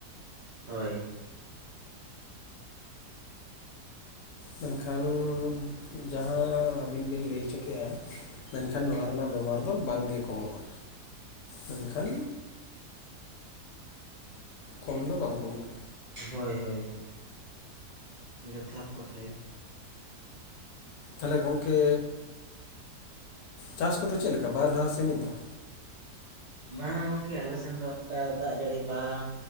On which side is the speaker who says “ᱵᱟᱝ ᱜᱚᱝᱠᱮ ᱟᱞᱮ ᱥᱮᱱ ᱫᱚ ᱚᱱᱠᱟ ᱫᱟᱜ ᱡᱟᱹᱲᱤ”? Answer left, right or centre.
Right